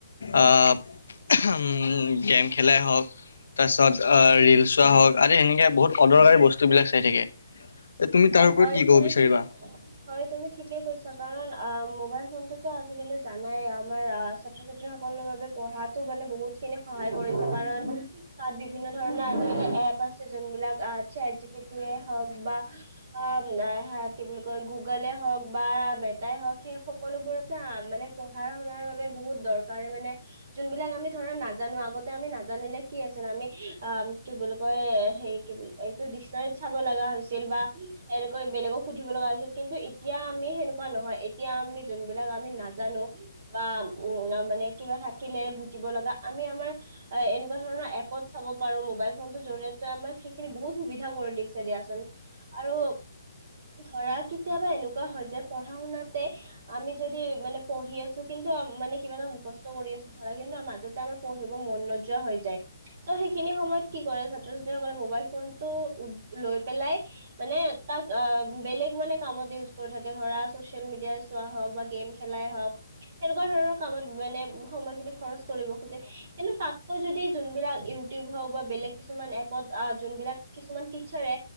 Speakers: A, on the left (about 80°); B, on the right (about 45°).
A: আ উম গেম খেলাই হওক তাৰ পিছত ৰিল চোৱা হওক সেনেকে বহুত অদৰকাৰী বস্তু বিলাক চাই থাকে তুমি তাৰ
B: অ
A: ওপৰত
B: হয়
A: কি ক'ব
B: তুমি
A: বিচাৰিবা?
B: ঠিকে হয় তুমি ঠিকে কৈছা কাৰণ আ মবাইল ফন ফোনটোত আজিকালি যা নাই আমাৰ আহ ছাত্ৰ ছাত্ৰী সকলৰ বাবে পঢ়াতো মানে বহুত খিনি সহায় কৰিছে কাৰণ তাত বিভিন্ন ধৰণৰ আজিকালি এপ আছে যোনবিলাক চেট জি পি টিয়ে হওক বা অ কি বুলি কয় গুগলে হও হওক বা মেটাই হওক সেই সকলোবোৰতে মানে পঢ়া শুনাৰ বাবে বহুত দৰকাৰ মানে যোনবিলাক আমি ধৰা নাজানো আগতে আমি নাজানিলে কি আছিল আমি আ কি বুলি কয় সেই কি বুলি এইটো ডিচনেৰীত চাব লাগা হৈছে বা এনেকৈ বেলেগক সুধিব লগা হৈছিল কিন্তু এতিয়া আমি সেনেকুৱা নহয় এতিয়া আমি যোনবিলাক নাজানো বা উম মানে কিবা থাকিলে বুজিব লগা আমি আমাৰ এনেকুৱা ধৰণৰ এপত চাব পাৰো মোবাইল ফোনটোৰ জৰিয়তে আমাক সেইখিনি বহুত সুবিধা কৰি দিছে দিয়াচোন। আৰু ধৰা কেতিয়াবা এনেকুৱা হয় যে পঢ়া শুনাতে আমি যদি মানে পঢ়ি আছো কিন্তু মানে কিবাটা মুখস্থ কৰি আছো ধৰা কিন্তু মাজতে আমাৰ পঢ়িব মন নোযোৱা হৈ যায় ত সেইখিনিাা স সময়ত কি কৰে ছাত্ৰ ছাত্ৰীসকলে মোবাইল ফোন টো লৈ পেলাই মানে তাক অ', বেলেগ মানে কামত ইউজ কৰি থাকে ধৰা ছচিয়েল মিডিয়াই চোৱা হওঁক বা-া খেলাই হওঁক সেনেকুৱা ধৰণৰ কামত মানে সময় খিনি খৰচ কৰিব খোজে কিন্তু তাতকৈ যদি যোনবিলাক ইউটিউব হওঁক বা বেলেগ কিছুমান এপত যোনবিলাক কিছুমান টিচাৰে